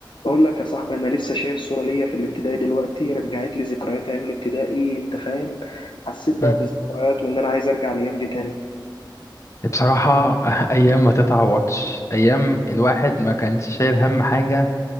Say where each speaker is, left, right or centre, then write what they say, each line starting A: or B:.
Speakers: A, on the left; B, on the left.
A: اقول لك يا صاحبي انا لسه شايف صوره ليا في الابتدائي دلوقتي رجعت لي ذكريات ايام الابتدائي انت فاهم حسيت بقى
B: مم.
A: بالذكريات وان انا عايز ارجع الايام دي تاني
B: بصراحة <laughs> أيام ما تتعوضش أيام الواحد ما كانش شايل هم حاجة